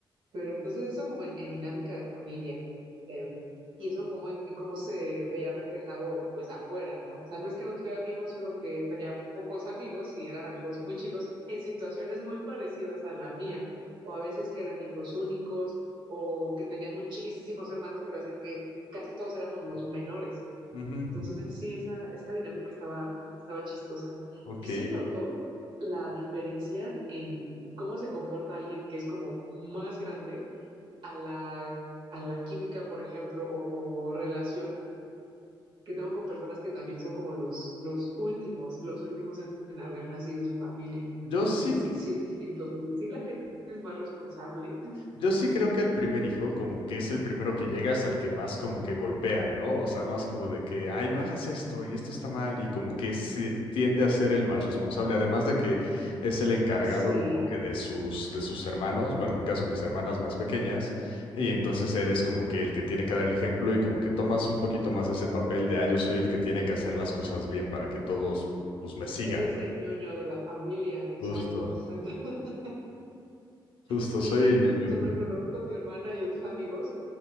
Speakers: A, on the right; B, on the left.
A: Pero entonces eso como en, en dinámica de familia, eh, y eso como en, en cómo se veía reflejado pues afuera, ¿no? O sea, no es que no tuviera amigos, solo que tenía pocos amigos y eran amigos muy chicos en situaciones muy parecidas a la mía, o a veces que eran hijos únicos, o que tenían muchísimos hermanos, pero así que casi todos éramos los menores.
B: ujú,
A: Entonces sí, esa, esa dinámica estaba, estaba chistosa.
B: Ok.
A: Y sí noto la diferencia en cómo se comporta alguien que es como más grande a la, a la química, por ejemplo, o, o, relación que tengo con personas que también son como los, los últimos, los últimos en haber nacido en su familia.
B: Yo sí,
A: Si es,
B: Sí. que-
A: si es distinto, si la gente es más responsable,
B: Yo sí creo que al primer hijo, como que es el primero que llegas al que más como que golpea, ¿no? O sea, más como de que, ay, no hagas esto y esto está mal y como que sí, tiende a ser el más responsable, además de que es el encargado
A: si
B: como que de sus, de sus hermanos, bueno, en mi caso mis hermanas más pequeñas, y entonces eres como que el que tiene que dar el ejemplo y como que tomas un poquito más ese papel de, ay, yo soy el que tiene que hacer las cosas bien para que todos, pues, me sigan.
A: eres el ñoño de la familia, exacto.
B: Justo,
A: Entonces, <laughs>
B: justo,
A: y
B: soy
A: sí,
B: el ñoño.
A: o sea, por ejemplo, lo veo con mi hermana y otros amigos